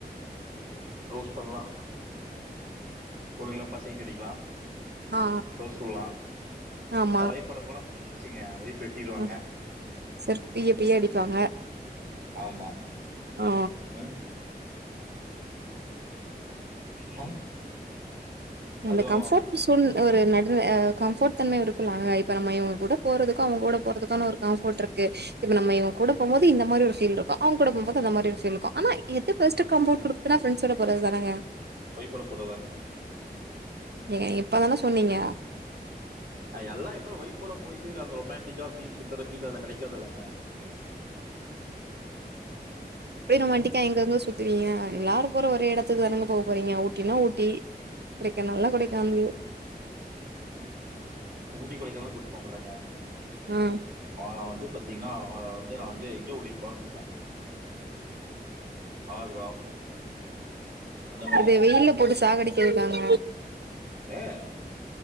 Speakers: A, on the right; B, on the right.
A: ரோஸ் பண்ணலா பொண்ணுங்கள பாத் சைட் அடிக்கலா
B: ஆ
A: ரோஸ் வுல்லா
B: ஆமா
A: ஒய்ஃபோட போன <unintelligible> ஒய்ஃப் வெட்டிருவாங்க
B: ம் செருப்பு பிய பிய அடிப்பாங்க
A: ஆமா
B: ஆ
A: ம் ம்
B: அந்த
A: அதுவு
B: கம்ஃபட் சூல் ஒரு நடு நில இப்ப கம்ஃபோர்ட் தன்ம இருக்கலாங்க இப்ப நம்ம இவங்க கூடப் போறதுக்கு அவங்க கூட போறதுக்கான ஒரு காம்ஃபோட் இருக் கு இப்ப நம்ம இவங்க கூட போம் போது இந்த மாரி ஒரு ஃபீல் இருக்கு அவங்க கூட போம் போது அந்த மாரி ஒரு ஃபீல் இருக்கு ஆனா எது பெஸ்டு காம்போட் குடுகுதுனா ஃப்ரண்ட்ஸோட போறது தானங்க
A: ஒய்ஃபோடு போறதாங்
B: ஏங்க இப்பதான சொன்னீங்க
A: எல்லா இருந்தாலு ஒய்ஃபோட போயிட்டு அந்த ரொமாண்டிக்கா ஃபீல் சுத்தர ஃபீல் அதுல கெடைக்காதுல்லங்க
B: அப்டியே ரொமண்டிக்கா
A: ம்
B: எங்கங்க சுத்துவீங்க எல்லாரு போற ஒரே எடத்துக்கு தானுங்க போக போறீங்க ஊட்டினா ஊட்டி கொடைக்கானல்னா கொடைக்கானல்
A: ஊட்டி கொடைக்கானலா கூட்டுபோக மாட்டங்க
B: ம்
A: நா வந்து பாத்தீங்ன்னா அவள வந்து நா வந்து எங்க கூட்டிட் போலன் இருக்க ஆக்ரா அந்த மாரி
B: இது வெயில போட்டு சாகடிக்கிறதுகாங்க
A: ஏ